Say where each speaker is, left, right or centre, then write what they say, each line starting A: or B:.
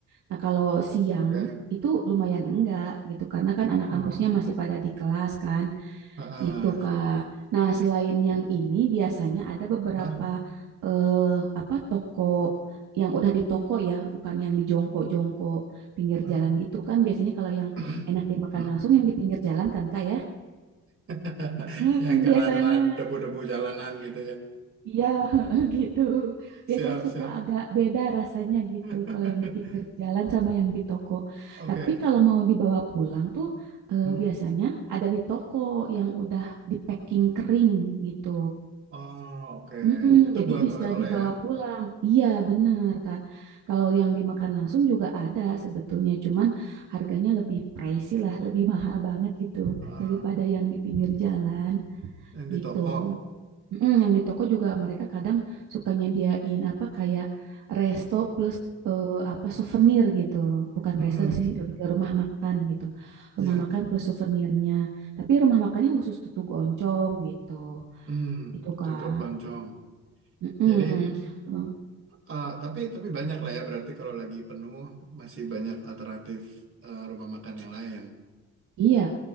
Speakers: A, on the right; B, on the right.
A: Nah, kalau siang
B: oke.
A: itu lumayan enggak gitu karena kan anak
B: Hmm,
A: kampusnya masih pada di kelas kan.
B: ah,
A: gitu
B: ah.
A: Kak. Nah, selain yang ini biasanya ada beberapa
B: Hah?
A: eh apa toko yang udah di toko ya, bukan yang di jongkok-jongkok pinggir
B: Ah,
A: jalan gitu kan. Biasanya kalau yang
B: <clears throat>
A: enak dimakan
B: hmm.
A: langsung yang di pinggir jalan kan Kak ya.
B: <laughs>
A: Hmm,
B: Yang kena
A: biasanya.
B: kena debu-debu jalanan gitu ya.
A: Iya, <laughs> gitu.
B: Siap,
A: Biasanya
B: siap.
A: suka agak beda rasanya gitu
B: <laughs>
A: kalau yang di pinggir jalan sama yang di toko.
B: Oke.
A: Tapi kalau mau dibawa pulang tuh eh,
B: Hmm.
A: biasanya ada di toko yang udah di packing kering gitu.
B: Oh, oke.
A: Mm-mm,
B: Itu
A: jadi
B: buat
A: bisa
B: oleh-oleh
A: dibawa
B: ya.
A: pulang. Iya, benar Kak. Kalau yang dimakan langsung juga ada sebetulnya, cuman harganya lebih pricey lah, lebih mahal banget gitu
B: Ah, ah.
A: daripada yang di pinggir jalan
B: Yang di
A: gitu.
B: toko.
A: Mm, yang di toko juga mereka kadang suka nyediain apa kayak resto plus eh, apa souvenir gitu. Bukan
B: Hmm.
A: resto sih, lebih ke rumah makan gitu.
B: Ya.
A: Rumah makan plus souvenirnya. Tapi rumah makannya khusus tutug oncom gitu.
B: Hmm.
A: Itu Kak.
B: Tutup oncom.
A: Mm-mm.
B: Jadi
A: Rumah-
B: Ah, tapi tapi banyak lah ya berarti kalau lagi penuh masih banyak alternatif eh, rumah makan yang lain.
A: Iya.